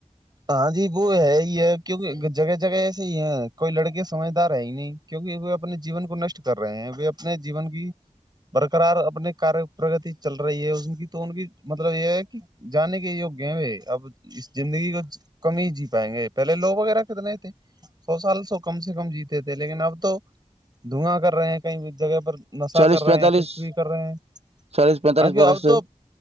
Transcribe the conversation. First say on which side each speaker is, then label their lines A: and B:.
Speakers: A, on the right (about 35°); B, on the right (about 55°).
A: ہاں جی وہ ہے ہی ہے کیونکہ جگہ جگہ ایسے ہی ہیں کوئی لڑکے سمجھدار ہے ہی نہیں کیونکہ وہ اپنے جیون کو نشٹ کر رہے ہیں وہ اپنے جیون کی برقرار اپنے کار پرگتی چل رہی ہے ان کی تو ان کی مطلب یہ ہے کہ جانے کے یہوگ گیم ہے اب اس زندگی کو کم ہی جی پائیں گے پہلے لو وغیرہ کتنے تھے سو سال سو کم سے کم جیتے تھے لیکن اب تو دھواں کر رہے ہیں کئی جگہ پر نشہ
B: چالیس
A: کر رہے
B: پینتالیس
A: ہیں کچھ بھی کر رہے ہیں
B: چالیس پینتالیس
A: کی
B: برس
A: اب
B: سے
A: تو